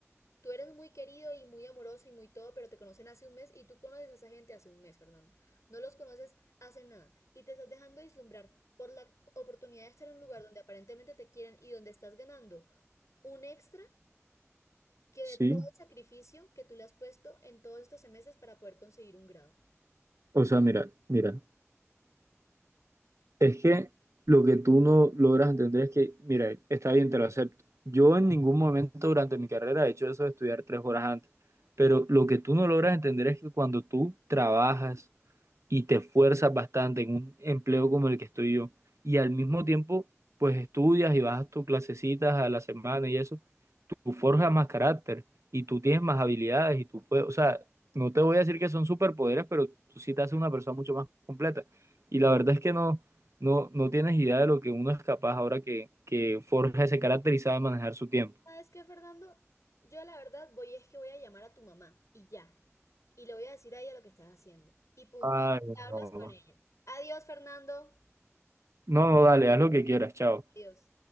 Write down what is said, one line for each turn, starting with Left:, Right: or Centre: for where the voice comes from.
Left: Tú eres muy querido y muy amoroso y muy todo, pero te conocen hace un mes y tú conoces a esa gente hace un mes, Fernando. No los conoces hace nada y te estás dejando deslumbrar por la oportunidad de estar en un lugar donde aparentemente te quieren y donde estás ganando un extra que
Right: Sí,
Left: de todo el sacrificio que tú le has puesto en todos estos meses para poder conseguir un grado.
Right: o sea, mira, mira. Es que lo que tú no logras entender es que, mira, está bien, te lo acepto. Yo en ningún momento durante mi carrera he hecho eso de estudiar tres horas antes, pero lo que tú no logras entender es que cuando tú trabajas y te esfuerzas bastante en un empleo como el que estoy yo, y al mismo tiempo, pues estudias y vas a tus clasecitas a la semana y eso, tú forjas más carácter y tú tienes más habilidades y tú puedes, o sea, no te voy a decir que son superpoderes, pero tú sí te haces una persona mucho más completa. Y la verdad es que no, no, no tienes idea de lo que uno es capaz ahora que, que forja ese carácter y sabe manejar su tiempo.
Left: ¿Sabes qué, Fernando? Yo la verdad voy es que voy a llamar a tu mamá y ya. Y le voy a decir a ella lo que estás haciendo. Y punto.
Right: Ay,
Left: Y hablas
Right: no.
Left: con ella. Adiós, Fernando.
Right: No, no, dale, haz lo que quieras, chao.
Left: Adiós.